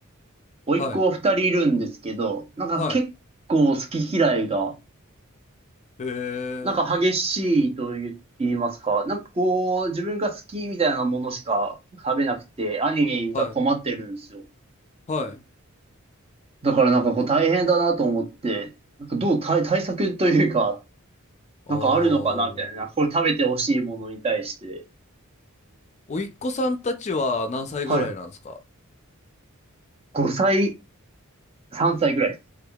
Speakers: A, on the right; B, on the left.
A: 甥っ子二人いるんですけど、
B: はい。
A: なんか結構好き嫌いが、
B: はい。へ
A: なんか激しいと言いますか、
B: え。
A: なんかこう、自分が好きみたいなものしか食べなくて、兄が困ってるんですよ。
B: はい。はい。
A: だからなんかこう大変だなと思って、
B: そ
A: なんかどう対、対策というか、
B: あー。
A: なんかあるのかなみたいな。なんかこれ食べてほしいものに対して。
B: おいっ子さんたちは何歳ぐらいなんですか
A: はい。5歳、3歳ぐらいです。